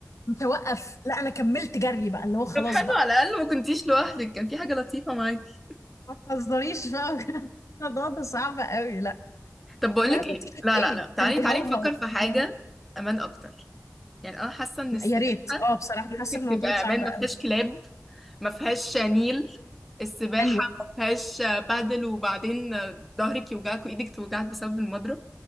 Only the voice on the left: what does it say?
متوقف لا انا كملت جري بقى اللي هو خلاص
بقى
ما تهزريش بقى بجد. <laughs> الموضوع ده صعب قوي لا
لا لطيفة
ايه
كان بيهوهو
كان
بيهوهو
يا ريت اه بصراحة
انا حاسة الموضوع
صعب
قوي
حلوة